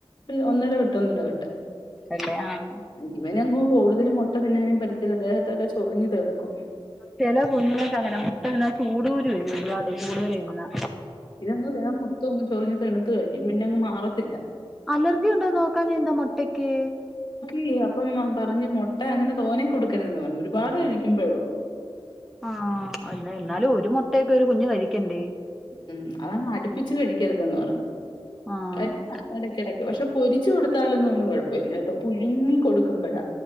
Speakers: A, on the left (about 50°); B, in the centre.
A: പ്പ് ഒന്നട വിട്ട് ഒന്നട വിട്ട്
B: തന്നെ ആഹ്
A: ഇവനെങ്ങും കൂടുതലും മുട്ട തിന്നാനും പറ്റത്തില്ല ദേഹത്തൊക്കെ ചൊറിഞ്ഞ് തെണുക്കും
B: ചെല കുഞ്ഞുങ്ങക്ക്‌ അങ്ങനാ മുട്ട തിന്നാ ചൂടൂകുരു വരും ഒരുപാട് കൂടുതൽ തിന്നാ
A: ഇതങ് ദേഹം മൊത്തം അങ്ങ് ചൊറിഞ്ഞ് തെണുത്തു കഴിയും പിന്നെങ് മാറത്തില്ല
B: അലർജി ഉണ്ടോന്ന് നോക്കാഞ്ഞെ ന്താ മുട്ടക്ക്
A: ക്കി അപ്പം പറഞ്ഞ് മുട്ട അങ്ങനെ തോനെ കൊടുക്കരുതെന്ന് പറഞ്ഞു ഒരുപാട് കഴിക്കുമ്പോഴേ ഉള്ളൂ
B: ആഹ് എന്ന എന്നാലും ഒരു മുട്ടയൊക്കെ ഒരു കുഞ്ഞ് കഴിക്കണ്ടേ
A: ഉം അതാണ് അടുപ്പിച്ച് കഴിക്കരുതെന്ന്പറഞ്ഞ്.
B: ആഹ്
A: കഴിക്കാം എടക് ക്കെടക്ക്, പക്ഷെ പൊരിച്ച് കൊടുത്താലൊന്നും അവന് കുഴപ്പവില്ല, ട്ടോ പുഴുങ്ങി കൊടുക്കുമ്പഴാ